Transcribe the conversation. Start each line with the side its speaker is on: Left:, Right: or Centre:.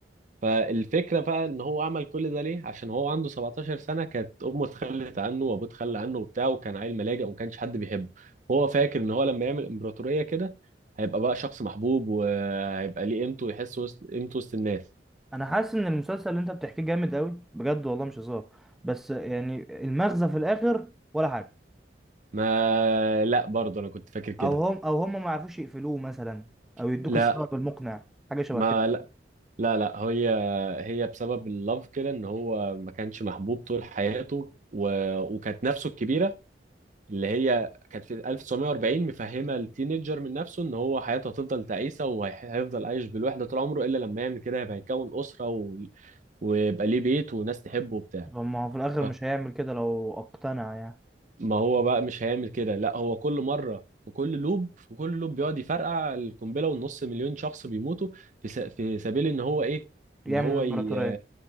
Right: فالفكرة بقى ان هو عمل كل ده ليه؟ عشان هو عنده 17 سنة كانت امه اتخلت عنه وابوه اتخلى عنه وبتاع وكان عيل ملاجئ وما كانش حد بيحبه. هو فاكر ان هو لما يعمل امبراطورية كده هيبقى بقى شخص محبوب وهيبقى ليه قيمته ويحس وسط قيمته وسط الناس.
Centre: انا حاسس ان المسلسل اللي انت بتحكيه جامد قوي بجد والله مش هزار بس يعني المغزى في الاخر ولا حاجة
Right: ما لا برضه انا كنت فاكر كده.
Centre: او هم او هم ما يعرفوش يقفلوه مثلا او يدوك
Right: لا
Centre: السبب المقنع حاجه شبه
Right: ما
Centre: كده
Right: لا لا لا هي هي بسبب اللف كده ان هو ما كانش محبوب طول حياته و... وكانت نفسه الكبيرة اللي هي كانت في 1940 مفهمه التينيجر من نفسه ان هو حياته هتفضل تعيسه وهيفضل عايش بالوحده طول عمره الا لما يعمل كده هيبقى يكون اسره و... ويبقى ليه بيت وناس تحبه وبتاع
Centre: طب ما هو في الاخر
Right: آه.
Centre: مش هيعمل كده لو اقتنع يعني
Right: ما هو بقى مش هيعمل كده لا هو كل مره في كل لوب في كل لوب بيقعد يفرقع القنبله والنص مليون شخص بيموتوا في س... في سبيل ان هو ايه
Centre: يعمل
Right: ان هو
Centre: امبراطوريه
Right: ي...